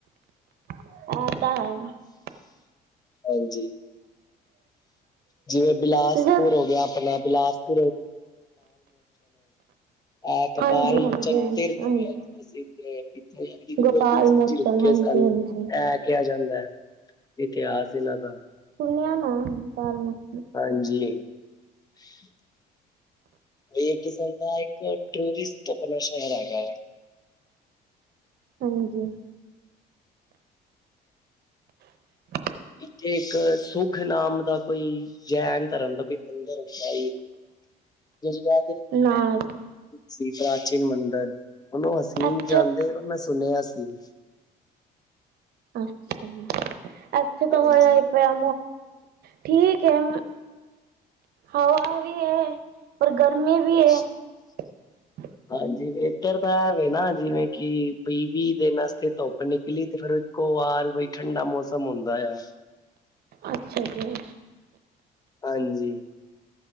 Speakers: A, on the right (about 65°); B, on the left (about 20°).
A: ਇਹ ਤਾਂ ਹੈ।
B: ਹਾਂਜੀ ਜਿਵੇਂ ਬਿਲਾਸਪੁਰ
A: ਜਦ
B: ਹੋ ਗਿਆ ਆਪਣਾ ਬਿਲਾਸ <inaudible> ਅਹ ਕਪਾਲ
A: ਹਾਂਜੀ
B: ਮੋਰਚਾ
A: ਹਾਂਜੀ
B: ਤੀਰਥ
A: ਹਾਂਜੀ
B: ਪ੍ਰਸਿੱਧ ਇੱਥੇ ਯਣੀ ਕਿ ਗੁਰੂ
A: ਗੋਪਾਲ
B: ਗੋਬਿੰਦ ਬਿੰਦ ਸਿੰਘ
A: ਮੋਚਨ
B: ਜੀ ਰੁਕੇ
A: ਹਾਂਜੀ
B: ਸਨ
A: ਹਾਂਜੀ।
B: ਐ ਕਿਹਾ ਜਾਂਦਾ ਹੈ ਇਤਿਹਾਸ ਇਹਨਾਂ ਦਾ
A: ਸੁਨਆ ਨਾ ਪਾਲ ਮੁੁਰਚ
B: ਹਾਂਜੀ ਹਮ ਵੀ ਇਹ ਕਿਸਮ ਦਾ ਇੱਕ ਟੂਰਿਸਟ ਆਪਣਾ ਸ਼ਹਿਰ ਹੈਗਾ ਹੈ
A: ਹਾਂਜੀ <inaudible>
B: ਇੱਥੇ ਇੱਕ ਸੁਗ ਨਾਮ ਦਾ ਕੋਈ ਜੈਨ ਧਰਮ ਦਾ ਕੋਈ ਮੰਦਿਰਦਾ <inaudible>
A: ਨਾ ਜੀ
B: ਸੀ ਪ੍ਰਾਚੀਨ ਮੰਦਿਰ ਉਹਨੂੰ ਹਸੀਨ
A: ਇੱਥੇ
B: ਜਾਂਦੇ ਪਰ ਮੈਂ ਸੁਣਿਆ ਸੀ
A: ਅੱਛਾ ਇੱਥੇ ਤਾਂ
B: ਹਾਂਜੀ।
A: ਹੋਇਆ ਪਿਆ ਠੀਕ ਹੈ ਹਵਾ ਵੀ ਹੈ ਪਰ ਗਰਮੀ ਵੀ
B: <inaudible>
A: ਹੈ <inaudible>
B: ਹਾਂਜੀ ਇਧਰ ਤਾਂ ਹੈਵੇ ਨਾ ਜਿਵੇਂ ਕਿ ਵੀਹ ਵੀਹ ਦਿਨ ਵਸਤੇ ਧੁੱਪ ਨਿਕਲੀ ਤੇ ਫੇਰ ਵਾਰ ਬਈ ਠੰਡਾ ਮੌਸਮ ਹੁੰਦਾ ਆ
A: ਅੱਛਾ ਜੀ
B: ਹਾਂਜੀ